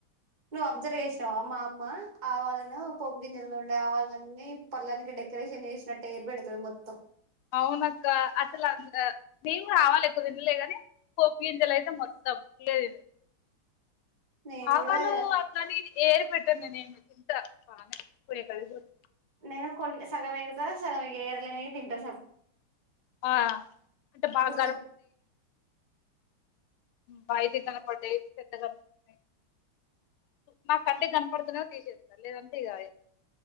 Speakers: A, on the right (about 25°); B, on the left (about 80°).
A: నువ్వు అబ్జర్వ్ చేసినావా మా అమ్మ ఆవాలలో పోపు గింజల్లో ఉండే ఆవాళ్ళన్నీ పల్లానికి డెకరేషన్ చేసినట్టే ఏరి పెడతది మొత్తం
B: అవునక్క అసలు అందుల నేను గూడ ఆవాలు ఎక్కువ తినలేగాని పోపు గింజలు అయితే మొత్తం ఫుల్ <unintelligible>
A: నేను
B: ఆవాలూ
A: కూడా
B: అట్లని ఇది ఏర్ పెట్ట నేనేమి తింటా బానే <unintelligible>
A: నేను కొన్ సగం ఎరుతా సగం ఇగ ఎరలేని తింటా స
B: ఆ అంటే బాగా
A: గుర్తొ
B: బయిటి కనపడ్డయ్ పెద్ద కనిపి <inaudible> నా కంటి కనపడుత తీసేస్తా లేదంటే ఇగా